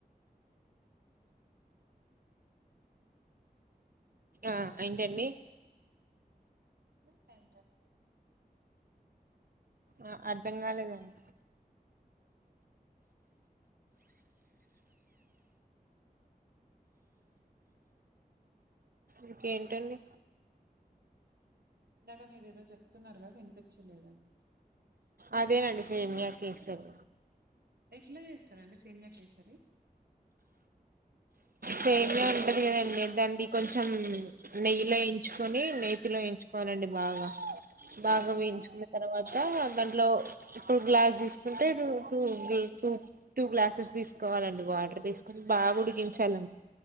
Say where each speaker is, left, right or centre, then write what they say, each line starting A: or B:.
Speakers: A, on the right (about 65°); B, on the right (about 85°).
A: ఆ ఏంటండి
B: బంట
A: ఆ అర్థంకాలేదండి ఈకేటండి
B: ఇందాక మీరు ఏదో చెప్తున్నారుగా వినిపించలేదండి
A: అదే నండి సేమియా కేసర్
B: ఎట్లా చేస్తారండి సేమ్యా కేసరీ
A: సేమ్యా ఉంటది కదండి దాన్ని కొంచెం నెయ్యిలో ఎంచుకొని నేతిలో వంచుకోవాలండి బాగా బాగా
B: హ్మ్
A: వేయించుకున్న తర్వాత దాంట్లో ఇప్పుడు గ్లాస్ తీసుకుంటే టూ టూ టూ గ్లాసెస్ తీసుకోవాలండి వాటర్ తీసుకుని బాగా ఉడికించాలండి